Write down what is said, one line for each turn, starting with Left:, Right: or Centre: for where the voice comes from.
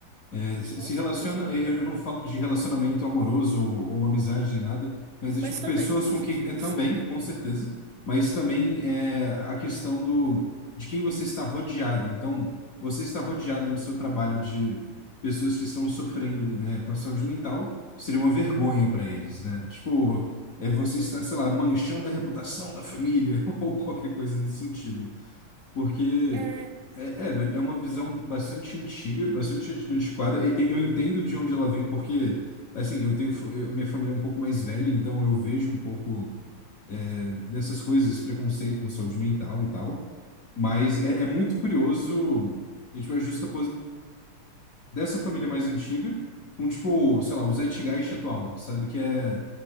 Left: É, se
Right: com
Left: se
Right: certeza.
Left: relaciona, eu, eu não falo de relacionamento amoroso ou, ou amizade nem nada, mas é
Right: Mas
Left: tipo
Right: também.
Left: pessoas
Right: <laughs>
Left: com quem é também, com certeza, mas também é a questão do de quem você está rodeado. Então, você está rodeado no seu trabalho de pessoas que estão sofrendo, né, com a saúde mental, seria uma vergonha para eles, né? Tipo, é você
Right: Uhum.
Left: está, sei lá, manchando a reputação da família <laughs> ou qualquer coisa nesse sentido. Porque
Right: É,
Left: é, é, velho, é uma visão bastante antiga, bastante antiquada. E- e- Eu entendo de onde ela vem, porque, assim, eu tenho fa- eu- minha família é um pouco mais velha, então eu vejo um pouco eh, dessas coisas, esse preconceito com saúde mental e tal. Mas é, é muito curioso, a gente vê a justa dessa família mais antiga, com, tipo, sei lá, o Zeitgeist atual, sabe? Que é.